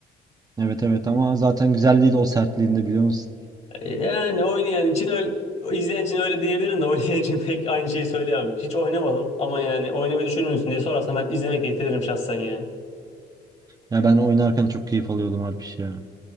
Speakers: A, on the right; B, on the left.
A: Evet evet ama zaten güzelliği de o sertliğinde biliyor musun?
B: E, Yani oynayan için öyle izleyen için öyle diyebilirim de <laughs> oynayan için pek aynı şeyi söyleyemem. Hiç oynamadım ama yani oynamayı düşünür müsün diye sorarsan ben izlemekle yetinirim şahsen ya.
A: Ya ben oynarken çok keyif alıyordum Alpiş ya.